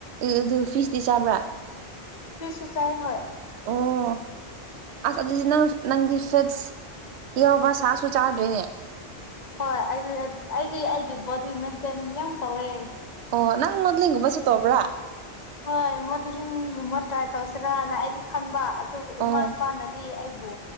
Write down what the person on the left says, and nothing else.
ꯐ꯭ꯔꯤ ꯁꯨꯆꯥꯏ ꯍ
ꯍꯣꯏ ꯑꯩꯗꯤ ꯑꯩꯗꯤ ꯑꯩꯒꯤ ꯕꯣꯗꯤ ꯃꯦꯟꯇꯦꯟ ꯌꯥꯝ ꯇꯧꯋꯦ
ꯍꯣꯏ ꯃꯣꯗꯂꯤꯡꯒꯨꯝꯕ ꯇ꯭ꯔꯥꯏ ꯇꯧꯁꯤꯔꯥꯅ ꯑꯩꯗꯤ ꯈꯟꯕ ꯑꯗꯨꯕꯨ
ꯏꯃꯥ ꯏꯄꯥꯅ ꯑꯩꯕꯨ